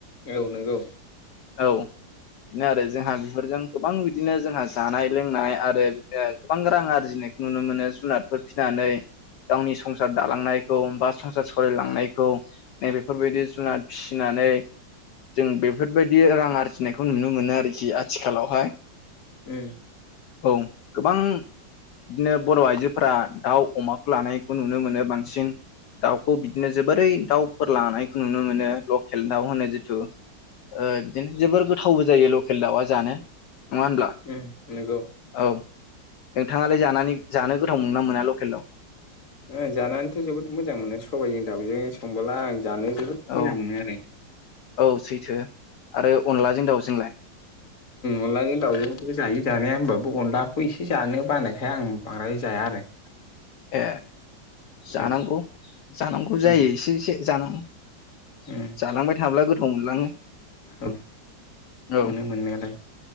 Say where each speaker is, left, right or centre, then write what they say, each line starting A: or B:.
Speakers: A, on the left; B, on the left.
A: औ नंगौ
B: औ बिदिनो आरो जोंहा बेफोरजों गोबां बिदिनो जोंहा जानाय लोंनाय आरो बिदिनो गोबां रां आरजिनायखौ नुनो मोनो जुनादफोर फिसिनानै गावनि संसार दालांनायखौ बा संसार साललिलांनायखौ नै बेफोरबायदि जुनाद फिसिनानै जों बेफोरबायदि बे रां आरजिनायखौ नुनो मोनो आरो खि आथिखालावहाय
A: उम
B: औ गोबां बिदिनो बर' आइजोफोरा दाउ, अमाखौ लानायखौ नुनो मोनो बांसिन दाउखौ बिदिनो जोबोरै दाउफोर लानायखौ नुनो मोनो लकेल दाउ होनो जिथु ओ बिदिनो जोबोर गोथावबो जायो लकेल दाउआ जानो नङा होनब्ला
A: उम नंगौ
B: औ नोंथाङालाय जानानै जानो गोथाव मोनंना मोना लकेलाव
A: ओ जानानैथ' जोबोद मोजां मोनो सबायाइजों दाउजों संबोला आं जानो जोबोद
B: औ
A: मोजां मोनो आरो
B: औ सैथो आरो अनलाजों दाउजोंलाय
A: अनलाजों दाावजों जायो जानाया होमबाबो अनलाखौ इसे जानो बानायखाय आं बांद्राय जाया आरो
B: ए जानांगौ
A: औ
B: जानांगौ जायो
A: उम
B: एसे एसे जानौ
A: उम
B: जालांबाय थाब्ला गोथाव मोनलाङो
A: औ
B: औ
A: मोनो मोननायालाय